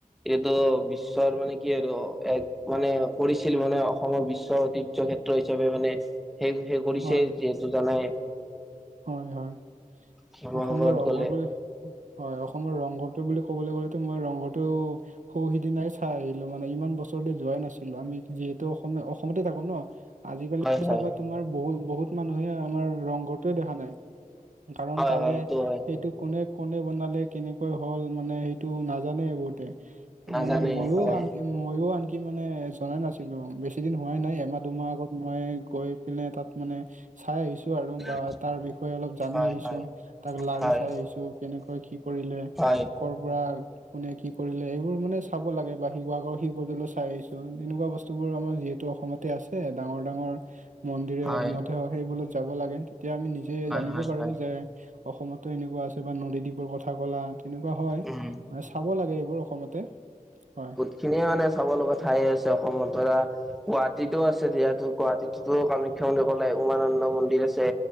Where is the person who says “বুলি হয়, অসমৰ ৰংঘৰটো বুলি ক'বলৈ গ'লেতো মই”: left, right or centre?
Right